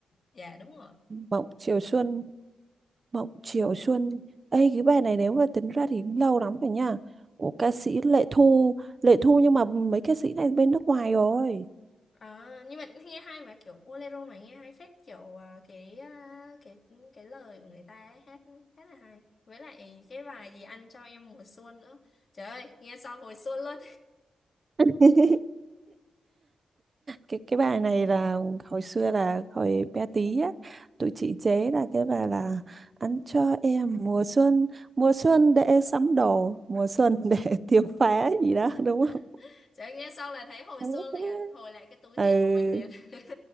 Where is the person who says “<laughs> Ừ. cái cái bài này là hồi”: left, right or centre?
Right